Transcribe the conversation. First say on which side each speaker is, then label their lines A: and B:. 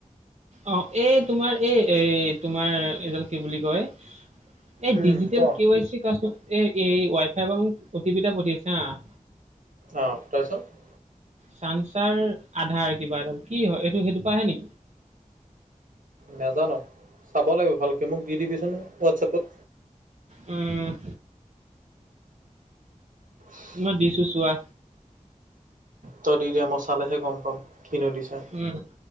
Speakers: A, on the right (about 55°); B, on the right (about 75°).
A: অঁ' এই তোমাৰ এই এই তোমাৰ এইডাল কি বুলি কয়? এই
B: উম
A: ডিজিটেল
B: ক।
A: কে ৱাই চিৰ কাত এ ৱাই ফাইৰ পৰা মোক অটি পি এটা পঠিয়াইছে হাঁ, -
B: অঁ' তাৰপিছত, -
A: চানসাৰ আধাৰ কিবা এডাল, কি হয়? এইটো সেইটো পা আহে নি?
B: নেজানো। চাব লাগিব ভালকে, মোক দি দিবিচোন হোৱাটছএপত।
A: উম'।
B: <inaudible>
A: মই দিছো চোৱা।
B: ত দি দিয়া মই চালেহে গম পাম। কিনো দিছা।
A: উম,